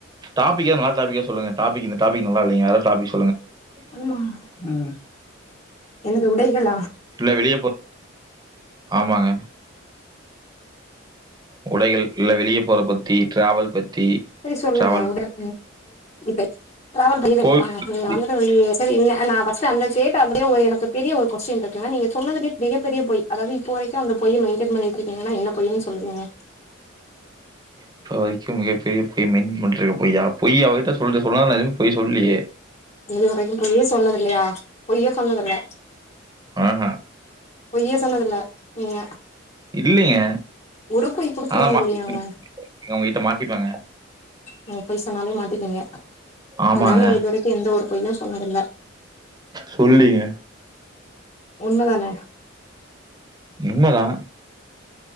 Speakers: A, on the right; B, on the left.
A: டாப்பிக்க மாத்தாதிங்க சொல்லுங்க டாப்பிக் இந்த டாப்பிக் நல்ல இல்லீங்க அதர் டாப்பிக்
B: னுமா ம் என்னது உடைகளா
A: இல்ல வெளிய போ ஆமாங்க உடைகள் இல்ல வெளிய போற பத்தி டிராவல் பத்தி,
B: சரி சொல்லுங்க
A: டிராவல்
B: உடல் <inaudible> டிராவல் பத்தி பேசலாங்க
A: கோவில் பத்தி.
B: நீங்க வந்துட்டு இரு சரி வேண்டா ஃபர்ஸ்ட் அந்த கேட்டு அப்டியே ஒ எனக்கு பெரிய கொஸ்டின் இருக்குங்க நீங்க சொன்னதுலயே மிகப்பெரிய பொய் அதாவது இப்போ வரைக்கு அந்த பொய்ய மெயின்டெய்ன் பண்ணிட்டு இருக்கீங்கன்னா என்ன பொய்ன்னு சொல்லுங்க
A: இப்ப வரைக்கு மிகப்பெரிய பொய் மெயின்டெய்ன் பண்ணிருக்க பொய்யா பொய் அவ ட்ட சொல்லற சொன்னா எதுமே பொய் சொல்லியே
B: இதுவரைக்கு பொய்யே சொன்னது இல்லையா பொய்யே சொன்னதில்ல
A: ம்ஹூ
B: பொய்யே சொன்னதில்ல நீங்க
A: இல்லைங்க
B: ஒரு பொய் கூட
A: ஆனா
B: சொன்னது
A: <inaudible>
B: இல்லையாங்க
A: அவுங்ககிட்ட மாட்டிப்பங்க
B: நீங்க பொய் சொன்னாலே மாட்டிக்குவீங்க
A: ஆமாங்க.
B: அதனால நீங்க இதுவரைக்கு எந்த ஒரு பொய்யு சொன்னதில்ல
A: சொல்லீங்க
B: உண்மதான
A: உண்மதான்.